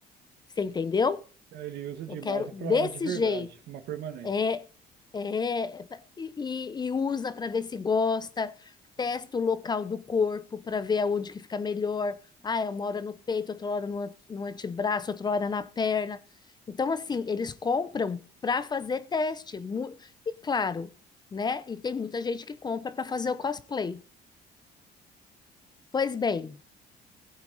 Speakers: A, on the left (about 25°); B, on the right (about 75°).
A: você entendeu?
B: ele usa de
A: Eu quero
B: base para
A: desse
B: uma de verdade,
A: jeito.
B: uma permanente.
A: É, é, e, e usa para ver se gosta, testa o local do corpo para ver aonde que fica melhor. Ah, é uma hora no peito, outra hora no, an- no antebraço, outra hora na perna. Então, assim, eles compram para fazer teste. Mu- E claro, né? E tem muita gente que compra para fazer o cosplay. Pois bem,